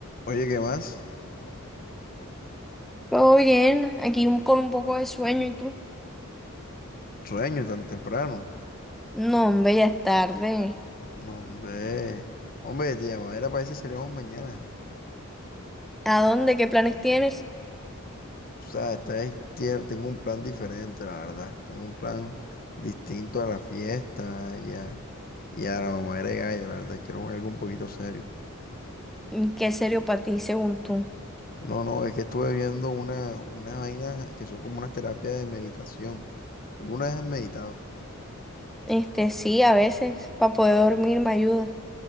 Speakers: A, on the left; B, in the centre.
A: Oye, ¿qué más?
B: Todo bien, aquí un- con un poco de sueño y tú.
A: Sueño tan temprano.
B: No, hombre, ya es tarde.
A: No, hombre. Hombre, te llamaba, era para decir si salíamos mañana.
B: ¿A dónde? ¿Qué planes tienes?
A: O sea, esta vez tie- tengo un plan diferente, la verdad. Tengo un plan distinto a la fiesta y a, y a la mamá de gallo, la verdad. Quiero algo un poquito serio.
B: ¿Y ¿Qué es serio para ti, según tú?
A: No, no, es que estuve viendo una, unas vainas que son como unas terapias de meditación. ¿Alguna vez has meditado?
B: Este, sí, a veces, para poder dormir me ayuda.